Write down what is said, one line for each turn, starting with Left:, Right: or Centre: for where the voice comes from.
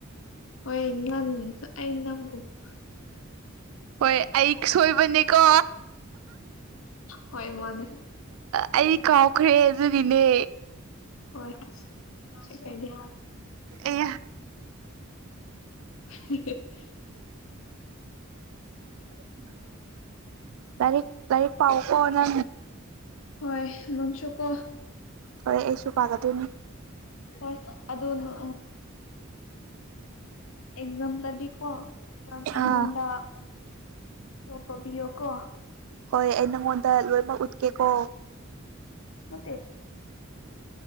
Left: ꯍ ꯏꯝ ꯑꯩꯅꯝ ꯀ
Right: ꯍꯣꯏ ꯑꯩ ꯁꯣꯏꯕꯅꯦꯀꯣ
Left: ꯍꯣꯏ ꯃꯥꯅꯦ
Right: ꯑꯩ ꯀꯥꯎꯈ꯭ꯔꯦ ꯑꯗꯨꯅꯤꯅꯦ
Left: ꯍꯣꯏ ꯀꯥꯏꯗꯤ
Right: ꯑꯦ
Left: <inaudible>
Right: ꯎ ꯇꯔꯤꯛ ꯇꯔꯤꯛ ꯄꯥꯎ ꯀꯣꯅ
Left: ꯍꯣꯏ ꯅꯠꯁꯨ ꯀꯣ
Right: ꯍꯣꯔꯦ ꯑꯩꯁꯨ ꯄꯥꯒꯗꯣꯏꯅꯦ
Left: ꯍꯣꯏ ꯑꯗꯨ ꯑ ꯑꯦꯛꯖꯥꯝꯗꯗꯤꯀꯣ ꯑꯩꯉꯣꯟꯗ
Right: ꯑꯥ
Left: ꯇꯧꯕꯤꯌꯣ ꯀꯣ
Right: ꯍꯣꯏ ꯑꯩ ꯅꯪꯉꯣꯟꯗ ꯂꯣꯏꯅꯃꯛ ꯎꯠꯀꯦꯀꯣ
Left: ꯑ